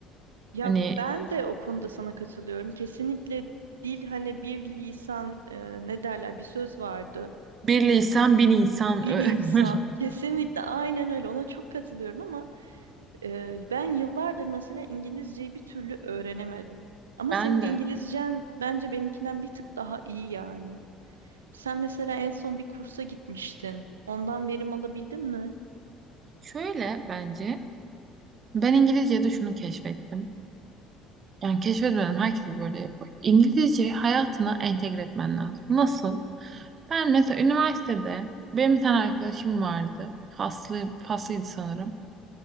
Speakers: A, on the right; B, on the right.
A: Ya
B: Hani
A: ben de o konuda sana katılıyorum. Kesinlikle dil hani bir lisan e, ne derler bir söz vardı.
B: bir lisan bin insan
A: Bir
B: öyle.
A: insan.
B: <laughs>
A: Kesinlikle aynen öyle. Ona çok katılıyorum ama e, ben yıllardır mesela İngilizceyi bir türlü öğrenemedim. Ama
B: Ben
A: senin İngilizcen
B: de
A: bence benimkinden bir tık daha iyi yani. Sen mesela en son bir kursa gitmiştin. Ondan verim alabildin mi?
B: şöyle bence ben İngilizce'de şunu keşfettim. Yani keşfetmedim herkes böyle yapıyor. İngilizceyi hayatına entegre etmen lazım. Nasıl? Ben mesela üniversitede benim bir tane arkadaşım vardı. Faslı, faslıydı sanırım.